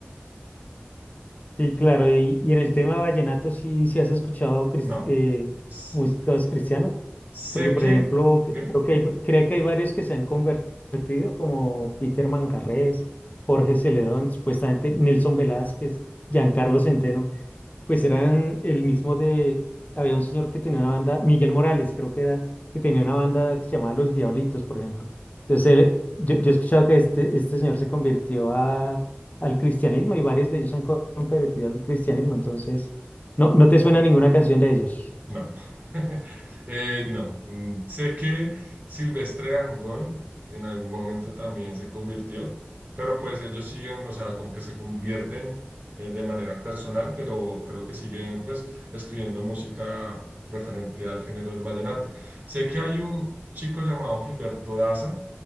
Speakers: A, on the left (about 40°); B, on the right (about 40°).
A: Sí, claro, y, y en el tema vallenato sí, sí has escuchado cris-
B: No,
A: eh,
B: s-
A: músicos cristianos,
B: sé
A: porque por
B: que,
A: ejemplo, cre-
B: dime.
A: creo que hay, creo que hay varios que se han convertido, como Peter Manjarrés, Jorge Celedón, supuestamente Nelson Velázquez, Giancarlo Centeno. Pues eran el mismo de, había un señor que tenía una banda, Miguel Morales creo que era, que tenía una banda que se llamaba Los Diablitos, por ejemplo. Entonces, él- yo, yo he escuchado que este, este señor se convirtió a, al cristianismo y varios de ellos se han convertido al cristianismo, entonces, no, no te suena ninguna canción de ellos.
B: No, <laughs> Eh, no. Mm, Sé que Silvestre Dangond en algún momento también se convirtió, pero pues ellos siguen, o sea, como que se convierten eh, de manera personal, pero creo que siguen pues escribiendo música referente al género del vallenato. Sé que hay un chico llamado Gilberto Daza